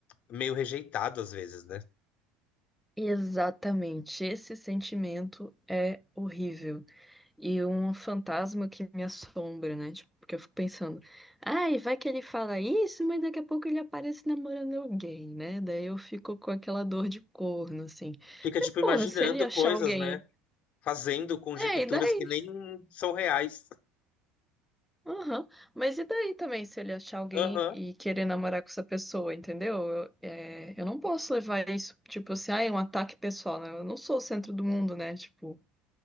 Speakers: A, on the left; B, in the centre.
A: meio rejeitado às vezes, né?
B: Exatamente. Esse sentimento é horrível. E um fantasma que me assombra, né? Tipo, porque eu fico pensando, ai, vai que ele fala isso, mas daqui a pouco ele aparece namorando alguém, né? Daí eu fico com aquela dor de corno, assim.
A: Fica,
B: Mas,
A: tipo,
B: porra,
A: imaginando
B: se ele achar
A: coisas,
B: alguém.
A: né? Fazendo conjecturas
B: É, e daí?
A: que nem são reais.
B: Aham. Mas e daí também, se ele achar alguém
A: Aham,
B: e querer namorar com essa pessoa, entendeu? Eu, é, eu não posso levar isso, tipo assim, ah, é um ataque pessoal, né? Eu não sou o centro do mundo, né? Tipo,